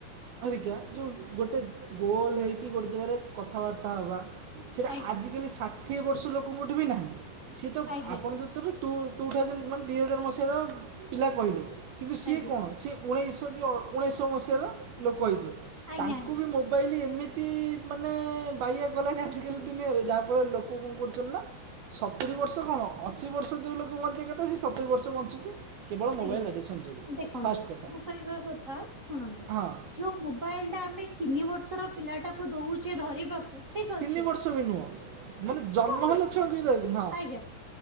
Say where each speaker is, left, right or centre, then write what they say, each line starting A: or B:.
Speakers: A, on the right; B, on the right.
A: ହଁ ଦେଖିବା ଯୋଉ ଗୋଟେ ଗୋଲ ହେଇକି ଗୋଟେ ଜାଗାରେ କଥାବାର୍ତ୍ତା ହେବା। ସେଟା
B: ଆଜ୍ଞା
A: ଆଜିକାଲି ଷାଠିଏ ବର୍ଷ ଲୋକଙ୍କ ଠୀ ବି ନାହିଁ ସିଏ ତ
B: ଆଜ୍ଞା
A: ଆପଣ ଯଦି ତା ପରେ ତୁ ଟୁ ଥାଉଜେଣ୍ଡ ମାନେ ଦୁଇ ହଜାର ମସିହାର ପିଲା କହିଲେ କିନ୍ତୁ ସିଏ
B: ଆଜ୍ଞା
A: କଣ ସିଏ ଉଣେଇଶହ କି ଉଣେଇଶହ ମସିହାର ଲୋକ ହେଇଥିବେ
B: ଆଜ୍ଞା
A: ତାଙ୍କୁ
B: ଆଜ୍ଞା
A: ବି ମୁଁ ମୋବାଇଲ୍ ଏମିତି ମାନେ ବାଇଆ କଲାଣି ଆଜିକାଲି ଦୁନିଆରେ ଯାହା ଫଳରେ ଲୋକ କଣ କରୁ ନା ସତୁୁରୀ ବର୍ଷ କଣ ଅଶୀ ବର୍ଷ ଯୋଉ ଲୋକ ବଞ୍ଚିବା କଥା ସେ ସତୁରି ବର୍ଷ ବଞ୍ଚୁଛି। କେବଳ ମୋବାଇଲ୍
B: ଆଜ୍ଞା
A: ଆଡ଼ିକ୍ସନ୍ ଯୋଗୁଁ
B: ଦେଖନ୍ତୁ
A: ଫାର୍ଷ୍ଟ କଥା
B: ମୁଁ କହିବା କଥା ଶୁଣନ୍ତୁ।
A: ହଁ
B: ଯୋଉ ମୋବାଇଲ ଟା ଆମେ ତିନି ବର୍ଷର ପିଲା ଟାକୁ ଦଉଛେ ଧରି ଠିକ
A: ତିନି
B: ଅଛି
A: ବର୍ଷ ବି ନୁହଁ ମାନେ ଜନ୍ମ
B: କହୁଛି
A: ହେଲା ଛୁଆଙ୍କୁ ବି ଦେଉଛନ୍ତି
B: ଆଜ୍ଞା।